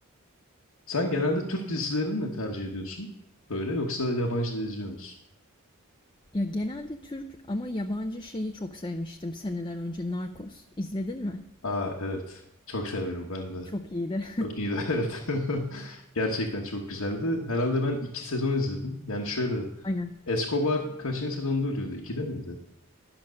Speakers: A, on the left; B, on the left.
A: Sen genelde Türk dizilerini mi
B: Hı
A: tercih ediyorsun? Böyle yoksa yabancı da izliyor musun?
B: Ya, genelde Türk ama yabancı şeyi çok sevmiştim seneler önce, Narcos. İzledin mi?
A: Aa evet. Çok severim ben de.
B: Çok iyiydi.
A: Çok iyiydi <laughs> evet. <laughs> Gerçekten çok güzeldi. Herhalde ben iki sezon izledim. Yani şöyle
B: <laughs> Aynen.
A: Escobar kaçıncı sezonda ölüyordu? İkide miydi?